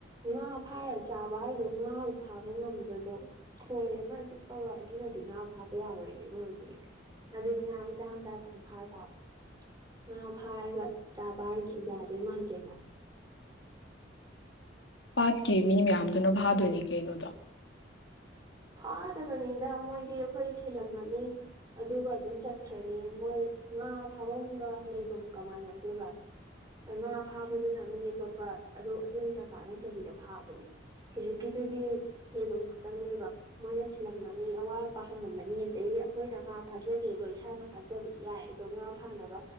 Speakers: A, on the right; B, on the left.
A: ꯉꯥ ꯐꯥꯔ ꯆꯥꯕ ꯍꯥꯏꯗꯣ ꯉꯥꯕꯨ ꯐꯥꯕ ꯉꯝꯒꯗ꯭ꯔꯣ ꯈꯣꯏ ꯑꯃ ꯆꯨꯞꯄꯒ ꯑꯗꯨꯅꯗꯤ ꯉꯥ ꯐꯥꯕ ꯌꯥꯔꯣꯏꯌꯦ ꯃꯣꯏꯗꯤ ꯑꯗꯨꯗꯤ ꯉꯥ ꯃꯆꯥ ꯃꯆꯥ ꯑꯗꯨꯝ ꯐꯥ ꯇꯥꯕ ꯉꯥ ꯐꯥꯔꯒ ꯆꯥꯕ ꯍꯥꯏꯁꯦ ꯌꯥꯗꯣꯏ ꯃꯥꯟꯗꯦꯗ
B: ꯄꯥꯠꯀꯤ ꯃꯤ ꯃꯌꯥꯝꯗꯨꯅ ꯐꯥꯗꯣꯏꯅꯤ ꯀꯩꯅꯣ ꯑꯗꯣ
A: ꯐꯥꯗꯕꯅꯤꯗ ꯃꯣꯏꯗꯤ ꯑꯈꯣꯏ ꯊꯤꯂꯝꯃꯅꯤ ꯑꯗꯨꯒ ꯑꯗꯨꯝ ꯆꯠꯈ꯭ꯔꯅꯤ ꯃꯣꯏ ꯉꯥ ꯐꯥꯕꯝꯒ ꯂꯩꯕꯝꯒ ꯃꯥꯟꯅꯗꯦꯕ ꯑ ꯉꯥ ꯐꯥꯕꯗꯨꯅ ꯃꯤ ꯑꯇꯣꯞꯄ ꯑꯗꯨ ꯑꯗꯨꯏ ꯆꯒꯥ ꯅꯠꯇꯕꯤꯗ ꯐꯥꯕꯅꯦ ꯍꯨꯖꯤꯛꯀꯤꯗꯨꯗꯤ ꯂꯩꯐꯝ ꯈꯇꯪꯅꯦꯕ ꯃꯣꯏꯅ ꯊꯤꯜꯂꯝꯃꯅꯤ ꯑꯋꯥꯠ ꯑꯄꯥ ꯍꯪꯉꯝꯃꯅꯤ ꯑꯗꯩ ꯑꯈꯣꯏꯅ ꯉꯥ ꯐꯥꯖꯒꯦ ꯗꯣ ꯏꯁꯥꯅ ꯐꯥꯖꯕꯗꯤ ꯌꯥꯏ ꯗꯣ ꯉꯥ ꯐꯥꯅꯕ